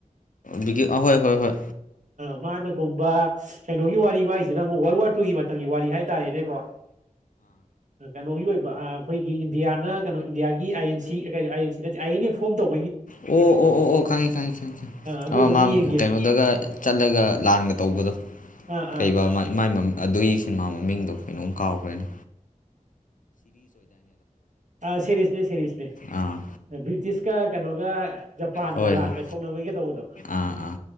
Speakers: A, on the left (about 75°); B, on the right (about 65°).
A: ꯕꯤꯀꯤ ꯑꯍꯣꯏ ꯍꯣꯏ ꯍꯣꯏ
B: ꯃꯥꯅ ꯀꯨꯝꯕ ꯀꯩꯅꯣꯒꯤ ꯋꯥꯔꯤ ꯃꯥꯏꯁꯤꯅ ꯑꯃꯨꯛ ꯋꯥꯔꯜ ꯋꯥꯔ ꯇꯨꯒꯤ ꯃꯇꯝꯒꯤ ꯋꯥꯔꯤ ꯍꯥꯏꯇꯥꯔꯦꯅꯦꯀꯣ ꯑꯥ ꯀꯩꯅꯣꯒꯤ ꯑꯣꯏ ꯑꯥ ꯑꯩꯈꯣꯏꯒꯤ ꯏꯟꯗꯤꯌꯥꯅ ꯀꯩꯅꯣ ꯏꯟꯗꯤꯌꯥꯒꯤ ꯑꯥꯏ ꯑꯦꯟ ꯁꯤ ꯑꯀꯩ ꯑꯥꯏ ꯑꯦꯟ ꯁꯤ ꯅꯠꯇꯦ ꯑꯥꯏ ꯑꯦꯟ ꯑꯦ ꯐꯣꯔꯝ ꯇꯧ
A: ꯑꯣ ꯑꯣ ꯑꯣ ꯑꯣ ꯈꯪꯉꯦ ꯈꯪꯉꯦ ꯈꯪ ꯈꯪ
B: ꯑꯗꯨꯗꯣ
A: ꯑꯥ ꯃꯥ
B: ꯑꯃꯨꯛ ꯌꯦꯡꯒꯦ
A: ꯀꯩꯅꯣꯗꯒ ꯆꯠꯂꯒ ꯂꯥꯟꯒ ꯇꯧꯕꯗꯣ
B: ꯑꯥ
A: ꯀꯩꯕ
B: ꯑꯥ
A: ꯑꯃ ꯃꯥꯢ ꯃꯃꯤ ꯑꯗꯨꯒꯤ ꯁꯤꯟꯃꯥ ꯃꯃꯤꯡꯗꯣ ꯀꯩꯅꯣꯝ ꯀꯥꯎꯒ꯭ꯔꯦꯅꯦ
B: ꯑꯥ ꯁꯦꯔꯤꯁꯅꯦ ꯁꯦꯔꯤꯁꯅꯦ
A: ꯑꯥ
B: ꯕ꯭ꯔꯤꯇꯤꯁꯀ ꯀꯩꯅꯣꯒ ꯖꯄꯥꯟꯒ
A: ꯍꯣꯏ
B: ꯂꯥꯟꯒ
A: ꯍꯣꯏ
B: ꯁꯣꯛꯅꯕꯩꯒ ꯇꯧꯕꯗꯣ
A: ꯑꯥ ꯑꯥ